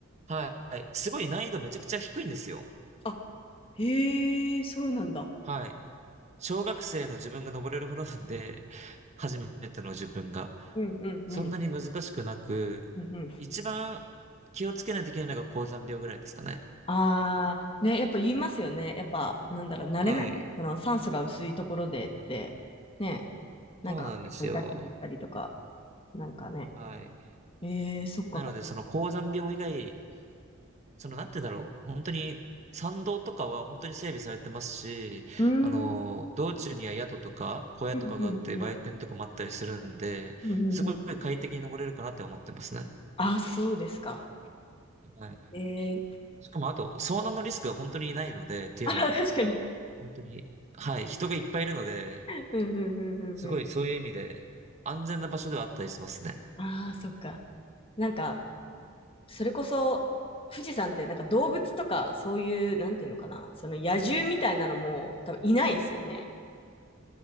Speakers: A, on the right; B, on the left.
A: はい。すごい難易度めちゃくちゃ低いんですよ。
B: あ、へえ、そうなんだ。
A: はい。小学生の自分が登れるほどなんで、初めての自分が。
B: うんうんうん。
A: そんなに難しくなく、
B: うんうん。
A: 一番気をつけないといけないのが高山病ぐらいですかね。
B: あー、ね、やっぱ言いますよね。やっぱ、なんだろう、慣れない、
A: はい。
B: その酸素が薄いところでって、ね、なんか、
A: そうなんですよ。
B: 痛くなったりとか、なんかね。
A: はい。
B: えー、そっか。
A: なので、その高山病以外、その、なんて言うんだろう。本当に、山道とかは本当に整備されてますし、
B: うーん、
A: あの、道中には宿とか小屋とかがあって、
B: うんうんうん、
A: 売店とかもあったりするんで、
B: うんうんうん。
A: すごい快適に登れるかなって思ってますね。
B: あ、そうですか。
A: はい
B: えー、
A: しかもあと、遭難のリスクが本当にないので、っていうのは、
B: <laughs> あ、確かに。
A: 本当に、はい、人がいっぱいいるので、
B: うんうんうんうんうん。
A: すごいそういう意味で、安全な場所ではあったりしますね。
B: ああ、そっか。なんか、それこそ、富士山ってなんか動物とか、そういう、なんていうのかな、その野獣みたいなのも多分いないですよね。